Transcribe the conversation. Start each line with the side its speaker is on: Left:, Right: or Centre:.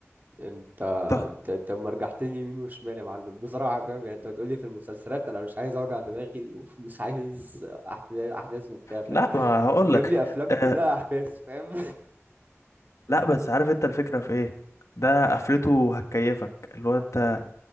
Right: انت
Left: طب
Right: انت انت أما رجعتني يمين وشمال يا معلم بصراحه فاهم يعني انت بتقولي في المسلسلات انا مش عايز اوجع دماغي ومش عايز احداث احداث وبتاع فاهم
Left: لا ما هقول
Right: جاب
Left: لك
Right: لي افلام
Left: آه
Right: كلها احداث فاهم
Left: لا بس عارف انت الفكرة في ايه ده قفلته هتكيفك اللي هو انت